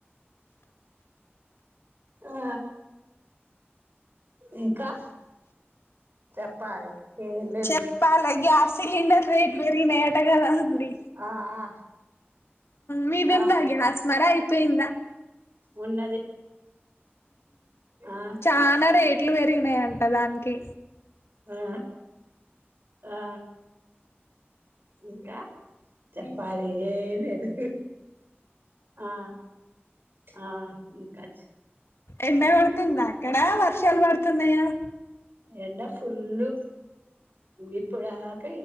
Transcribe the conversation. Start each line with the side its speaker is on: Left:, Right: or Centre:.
Right: ఆ ఇంకా చెప్పాలి ఏం లేదు
Left: చెప్పాలి గ్యాస్ సిలిండర్ రేటు పెరిగిన ఆట కదా డి
Right: ఆ ఆ
Left: మీదెందగ
Right: ఆ
Left: ఆస్ మర యి పయింద
Right: ఉన్నది ఆ
Left: చానా రే ఎట్లు పెరిగినాయంట దానికి
Right: ఆ ఆ ఇంకా చప్పాల ఏ లేదు ఆ ఆ ఇకాచ్చ
Left: ఎంత పడుతుంద అక్కడ వర్షాలు పడుతున్నాయా
Right: ఎండ ఫుల్ు ఇప్పుడుక